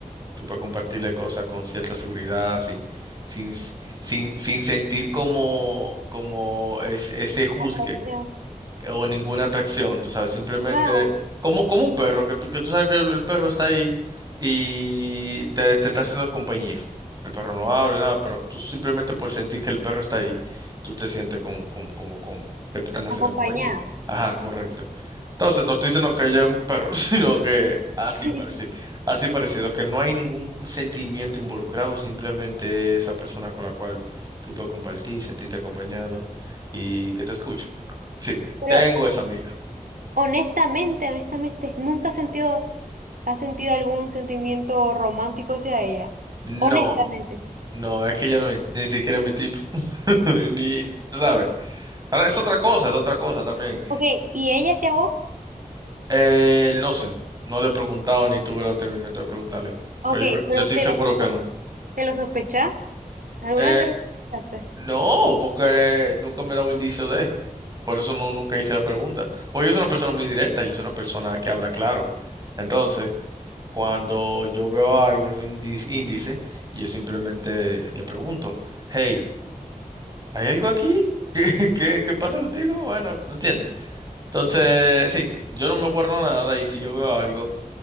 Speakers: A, on the right (about 30°); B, on the right (about 80°).
A: tú puedes compartirle cosas con cierta seguridad, sin, sin, sin, sin sentir como, como es- ese juzgue
B: Atracción.
A: eh, o ninguna atracción, tú sabes, simplemente
B: Wow.
A: como, como un perro, que tú, que tú sabes que el el perro está ahí y te, te está haciendo compañía. El perro no habla, nada, pero tú simplemente por sentir que el perro está ahí, tú te sientes con, con, como con que te están haciendo
B: acompañada
A: compañía. Ajá, correcto. Entonces, no estoy diciendo que haya un perro, <laughs> sino que así
B: sí.
A: parecido, así parecido, que no hay ningún sentimiento involucrado, simplemente esa persona con la cual tú puedes compartir, sentirte acompañado y que te escuche. Sí.
B: Pero
A: Tengo esa amiga.
B: honestamente, honestamente, nunca has sentido, has sentido algún sentimiento romántico hacia ella.
A: No,
B: Honestamente.
A: no, es que ya no, ni siquiera es mi tipo. <laughs> Ni, ¿sabes? Ahora es otra cosa, es otra cosa también.
B: Ok, ¿y ella hacia vos?
A: Eh, no sé, no le he preguntado ni tuve el atrevimiento de preguntarle.
B: Ok,
A: Pero yo,
B: pero
A: yo estoy
B: te
A: seguro
B: lo, sospe-
A: que no.
B: te lo sospechás. ¿Alguna
A: Eh,
B: vez te lo sospechaste?
A: no, porque nunca me he dado indicio de. Por eso no, nunca hice la pregunta. Porque yo soy una persona muy directa, yo soy una persona que habla claro. Entonces, cuando yo veo algo en un índice, índice, yo simplemente le pregunto, hey, ¿Hay algo aquí? <laughs> ¿Qué, qué, qué pasa contigo? Bueno, no entiende Entonces, sí, yo no me guardo nada y si yo veo algo